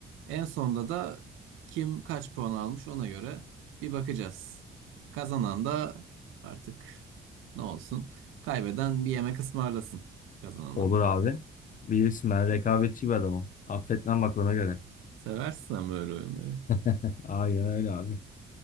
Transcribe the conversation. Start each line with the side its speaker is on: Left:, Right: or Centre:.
Right: En sonda da kim kaç puan almış ona göre bir bakacağız. Kazanan da artık ne olsun? Kaybeden bir yemek ısmarlasın kazanana.
Left: Olur abi. Bilirsin ben rekabetçi bir adamım. Affetmem bak ona göre.
Right: Seversin sen böyle oyunları.
Left: <laughs> Aynen öyle abi.